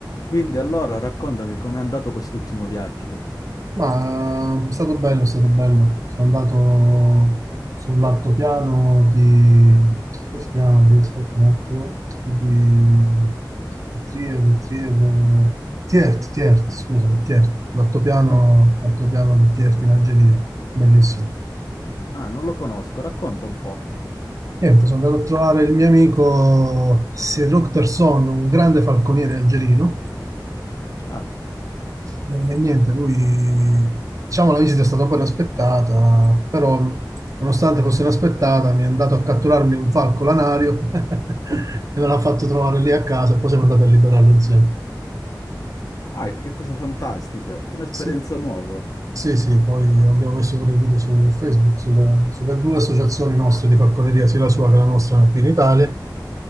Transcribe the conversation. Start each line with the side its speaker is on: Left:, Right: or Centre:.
Left: Quindi allora raccontami com'è andato quest'ultimo viaggio.
Right: Ma è stato bello, è stato bello. Sono andato sull'altopiano di... come si chiama lì? Aspetta un attimo. Di... di Trier, Trier... Tiert, Tiert, scusami, Tiert. L'altopiano
Left: Ah,
Right: l'altopiano di Tiert in Algeria. Bellissimo.
Left: Ah, non lo conosco, racconta un po'.
Right: Niente, sono andato a trovare il mio amico Serok Terson, un grande falconiere algerino.
Left: Ah,
Right: E niente, lui, diciamo, la visita è stata poi aspettata, però mh, nonostante fosse inaspettata, mi è andato a catturarmi un falco lanario <laughs> e me l'ha fatto trovare lì a casa e poi siamo andati a liberarlo insieme.
Left: ah, che cosa fantastica, un'esperienza
Right: Sì,
Left: nuova.
Right: sì, sì, poi abbiamo messo pure il video su Facebook, sulle, sulle due associazioni nostre di falconeria, sia la sua che la nostra qui in Italia.